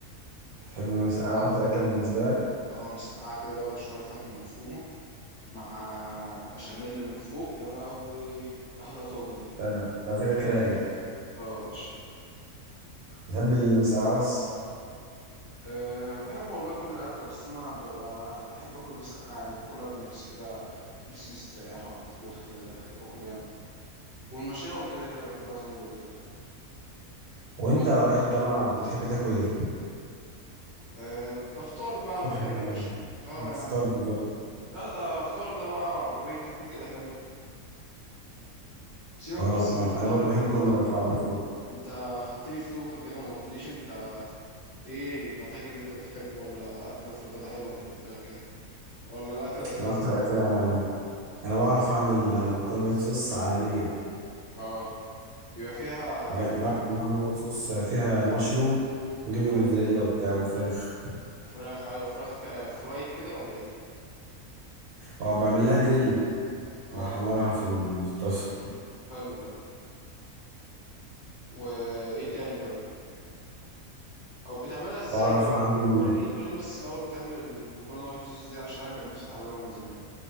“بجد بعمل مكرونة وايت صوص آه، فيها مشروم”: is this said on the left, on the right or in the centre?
Right